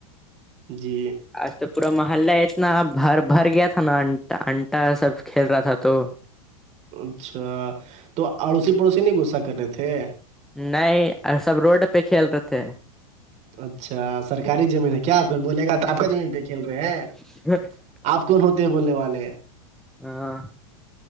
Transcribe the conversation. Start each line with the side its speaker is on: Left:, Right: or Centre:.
Right: جی
Centre: آج تو پورا محلہ اتنا ب بھر گیا تھا نا ان انٹا سب کھیل رہا تھا تو
Right: اچھا تو اڑوسی پڑوسی نہیں غصہ کر رہے تھے
Centre: نہیں سب روڈ پہ کھیل رہے تھے
Right: اچھا سرکاری زمین ہے کیا کوئی بولے گا تو آپ کے زمین پہ کھیل رہے ہیں
Centre: <unintelligible>
Right: آپ کون ہوتے ہیں بولنے والے ہیں
Centre: ہاں